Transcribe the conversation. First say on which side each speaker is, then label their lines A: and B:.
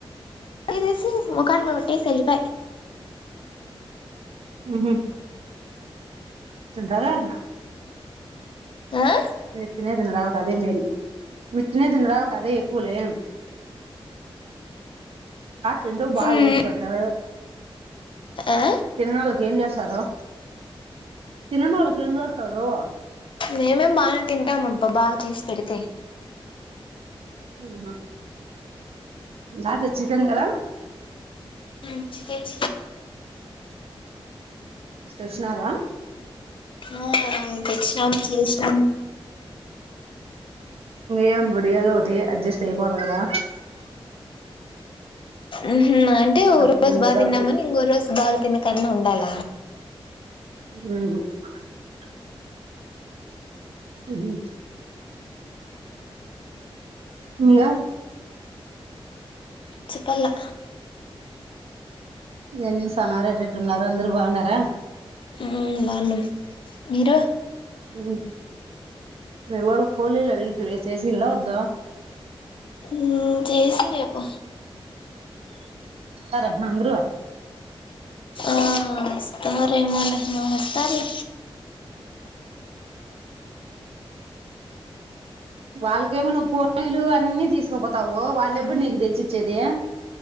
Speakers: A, on the left; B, on the right.
A: వేసి ముఖన్ కొట్టేసి ఉళ్లిిపాయ్
B: ఊహు ఉంటదా ద
A: ఆయ్
B: మిత్తనే దినరాలు కదే మే మిత్తనే దినరాలు కాదే కూలే బా తింటే బా <unintelligible>
A: ఉమ్ ఆ
B: తన్నోళ్ళకి ఏం చేస్తారు తిననొలకి ఏం చేస్తరు
A: మేమె బానే తింటాము అబ్బా బాగ చేసి పెడితే
B: ఆహ రాత్రి చికెన్ గద
A: చికేన్ చికెన్
B: సూసినార
A: ఆ తెచ్చినాం చేసినాం
B: ఏం ఒడియాలు ఒకటి అడ్జస్ట్ అయిపోవాలె కదా
A: ఊహు అంటే ఒక
B: రసము
A: రోజు బా
B: ఏదో
A: తిన్నామని
B: ఒకటి
A: ఇంకొ రోజు బాగ తినకన్నా ఉండాల
B: <inaudible> ఉహు నికా
A: చెప్పలా
B: ఏం చేస్తున్నారు ఎట్టెట్టున్నరు అందరు బాగున్నారా
A: హమ్ బాగున్నం మీరు
B: ఉ మీవలకి పోలీలు అడిగితివి చేసిలా వద్ద
A: హుమ్ చేసియ్ రేపు
B: వస్తరంట్న అంద్రు
A: ఆ వస్తారేమోలే వస్తార్ లే
B: వాళ్ళకేమన్నా పోలీలు అన్నీ తీసుకపోతావు వాళ్ళెప్పుడు నీకు తెచ్చిచ్చేది